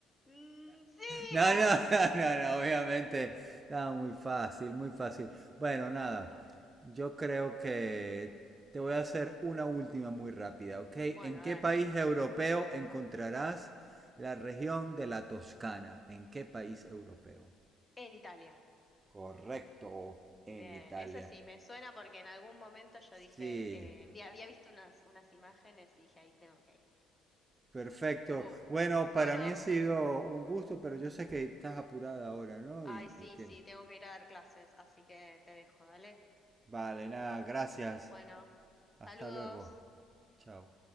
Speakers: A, on the left; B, on the right.
A: Mm, sí,
B: No,
A: <laughs> Ah,
B: no, <laughs> no, no, obviamente. Estaba muy fácil, muy fácil. Bueno, nada.
A: muy fácil.
B: Yo creo que te voy a hacer una última muy rápida, ¿ok?
A: Bueno,
B: ¿En qué
A: dale.
B: país europeo encontrarás la región de la Toscana? ¿En qué país europeo?
A: En Italia.
B: Correcto,
A: Bien,
B: en Italia.
A: eso sí, me suena porque en algún momento yo dije,
B: Sí,
A: eh, vi- había visto unas, unas imágenes y dije, ahí tengo que ir.
B: perfecto.
A: Bueno,
B: Bueno, para
A: Bueno,
B: mí ha sido un gusto, pero yo sé que estás apurada ahora, ¿no?
A: ay,
B: Y,
A: sí,
B: y te...
A: sí, tengo que ir a dar clases, así que te dejo, dale.
B: Vale, nada, gracias.
A: Bueno,
B: Hasta
A: saludos.
B: luego. Chao.